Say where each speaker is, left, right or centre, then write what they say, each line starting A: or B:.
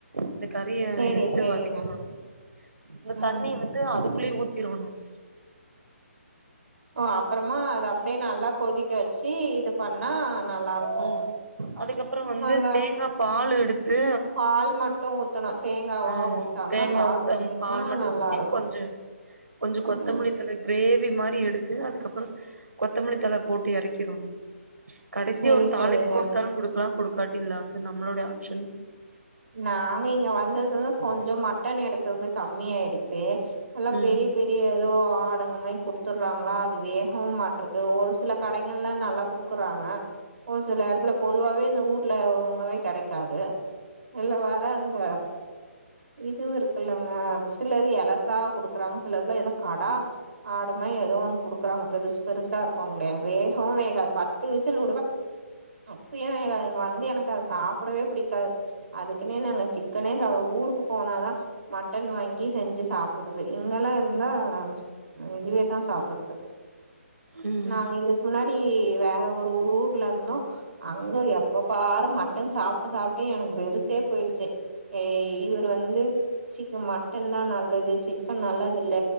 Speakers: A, on the right; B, on the right.
A: இந்த கறிய
B: சேரி
A: எ
B: சேரிங்க
A: வதைக்கிறனும் இந்த
B: ம்
A: தண்ணி வந்து அதுக்குள்ளயே ஊத்திரோணும்
B: ஓ அப்புறமா அது அப்படியே நல்லா கொதிக்க வச்சு இது பண்ணா நல்லாருக்கு
A: ஆஹ் அதுக்கப்புறம்
B: ஆமாங்க
A: வந்து தேங்கா பால் எடுத்து
B: பால் மட்டு ஊத்தணு தேங்காவா
A: உஹ்
B: ஊத்தாம
A: தேங்கா
B: பால்
A: ஊத்த
B: ஊத்துனீங்கன்னா
A: பால் மட்டும்
B: நல்லாருக்கு
A: ஊத்தி கொஞ்சம் கொஞ்சம் கொத்தமல்லித்தழை
B: ம்
A: கிரே வி மாதிரி எடுத்து அதுக்கப்புறம் கொத்தமல்லி தழை போட்டு எறக்கிறணும் கடைசியா
B: சேரி
A: ஒரு தாளிப்பு
B: சேரிங்க
A: குடுத்தாலும் குடுக்கலாம் கொடு காட்டில்லா அது நம்மளோடைய ஆப்ஷன்
B: நாங்க இங்க வந்ததுலயிருந்து கொஞ்சம் மட்டன் எடுக்கறது கம்மி ஆயிடுச்சு எல்லாம்
A: ம்
B: பெரிய பெரிய ஏதோ ஆடுங்க மாதிரி குடுத்துடுறாங்களா அது வேகவும் மாட்டேறது ஒரு சில கடைகள்லாம் நல்லா குடுக்குறாங்க ஒரு சில இடத்துல பொதுவாவே இந்த ஊர்ல ஒழுங்காவே கிடைக்காது இல்ல வேற அந்த இதுவும் இருக்குல்லங்க சில இது எலசா குடுக்குறாங்க சில இதுல ஏதோ கடா ஆடுமே ஏதோ ஒண்ணு குடுக்குறாங்க பெருசு பெருசா இருக்கும்ங்களா வேகவும் வேகாது பத்து விசில் விடுங்க அப்பயேவேகாதுங்க வந்து எனக்கு அதை சாப்பிடவே பிடிக்காது அதுக்குனே நாங்க சிக்கனே சா ஊருக்கு போனாதான் மட்டன் வாங்கி செஞ்சு சாப்பிடுறது இங்கெல்லாம் இருந்தா இதுவே தான் சாப்பிடுறது
A: ம்
B: நாங்க இதுக்கு முன்னாடி அடி வேற ஒரு ஊர் ஊர்ல இருந்தோம் அங்க எப்ப பாரு மட்டன் சாப்பிட்டு சாப்பிட்டே எனக்கு வெ- வெறுத்தே போயிடுச்சு இவர் வந்து சீ மட்டன் தான் நல்லது சிக்கன் நல்லது இல்ல